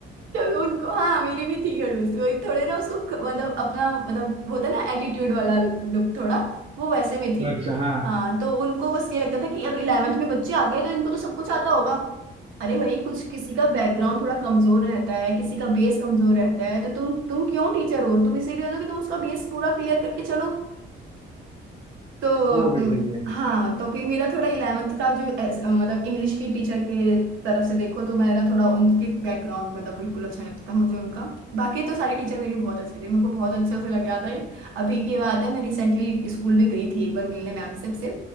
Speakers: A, on the right; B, on the right.
A: क्योंकि उनको हाँ मेरी भी थी खड़ूस वही थोड़े ना उसको ख- मतलब अपना मतलब वो होता है ना एटीट्यूड वाला लुक थोड़ा वो वैसे में थी
B: <laughs> अच्छा हाँ
A: हाँ तो उनको बस ये लगता था कि अब इलेवेंथ में बच्चे आ गए तो इनको तो सब कुछ आता होगा अरे भाई कुछ किसी का बैकग्राउंड थोड़ा कमजोर रहता है किसी का बेस कमजोर रहता है तो तुम तुम क्यों टीचर हो तुम इसीलिए हो ना कि तुम उसका बेस पूरा क्लियर करके चलो तो
B: वो भी
A: हम्म,
B: सही है
A: हाँ तो फिर मेरा थोड़ा इलेवेंथ का जो ऐस- मतलब इंग्लिश की टीचर के तरफ से देखो तो मेरा थोड़ा उनके बैकग्राउंड मतलब बिल्कुल अच्छा नहीं लगता था मुझे उनका बाकी तो सारी टीचर मेरी बहुत अच्छी थी मेरे को बहुत अच्छा से लग गया था ये। अभी की बात है मैं रिसेंटली स्कूल भी गई थी एक बार मिलने मैम से से